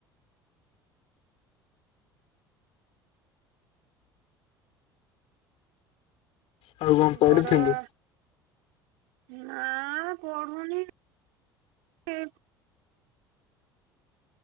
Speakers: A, on the left; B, on the right.
A: ଆଉ କଣ ପଢୁଥିଲୁ
B: ବଡ ବା ନା ପଢୁନି ଏମ